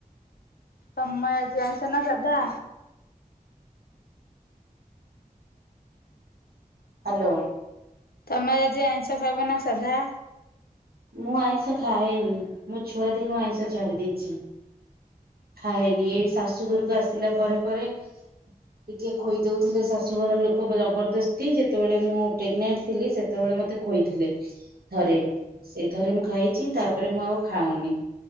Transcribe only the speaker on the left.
ତୋମର ଆଜି ଆଇଁଷ ନା ସାଧା?
ତୋମର ଆଜି ଆଇଁଷ ଖାଇବ ନା ସାଧା?